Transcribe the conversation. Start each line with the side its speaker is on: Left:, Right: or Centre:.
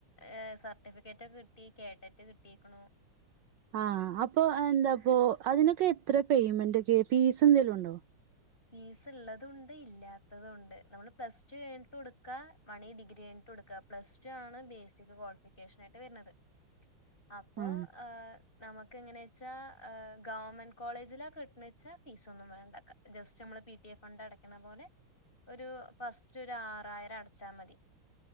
Left: ഏ സർട്ടിഫിക്കറ്റ് ഒക്കെ കിട്ടി കേടറ്റ് കിട്ടീക്ണോ.
Right: ആ അപ്പൊ അഹ് എന്താപ്പോ. അതിനൊക്കെ എത്ര പേയ്മെന്റ്ൊക്കെ പീസ് എന്തെങ്കലും ഉണ്ടോ
Left: ഫീസ് ഉള്ളതും ഉണ്ട് ഇല്ലാത്തതും ഉണ്ട് നമ്മള് പ്ലസ് ടു കഴിഞ്ഞിട്ട് കൊടുക്കാ മണി ഡിഗ്രി കഴിഞ്ഞിട്ട് കൊടുക്ക പ്ലസ് ടു ആണ് ബേസിക് ക്വാളിഫിക്കേഷൻ ആയിട്ട് വരുന്നത് അപ്പോൊ
Right: ആ
Left: നമുക്ക് എങ്ങനെ ഹ് ഗവൺമെന്റ് കോളേജിലൊക്ക കിട്ടുന്ന വച്ചാൽ ഫീസ ഒന്നും വേണ്ടാക്ക ജസ്റ്റ് നമ്മള് പി ടി എഫ് ഫണ്ട് അടക്കുന്ന പോലെ ഒരു ഫസ്റ്റ് ഒരു ആറായിരം അടച്ചാ മതി